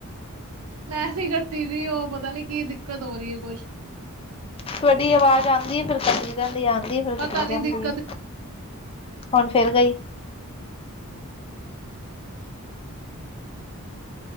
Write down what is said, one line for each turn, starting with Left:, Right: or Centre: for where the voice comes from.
Right: ਮੈਂ ਨੀ ਕੱਟੀ ਜੀ ਉਹ ਪਤਾ ਨੀ ਕੀ ਦਿੱਕਤ ਹੋ ਰਹੀ ਹੈ ਕੁੱਛ
Left: ਤੁਹਾਡੀ ਆਵਾਜ਼ ਆਉਂਦੀ ਫਿਰ ਕੱਟੀ ਜਾਂਦੀ ਆਉਂਦੀ ਫਿਰ
Right: ਪਤਾ
Left: ਕਟੀ
Right: ਨੀ
Left: ਜਾਂਦੀ
Right: ਦਿੱਕਤ
Left: ਏ ਹੁਣ ਫਿਰ ਗਈ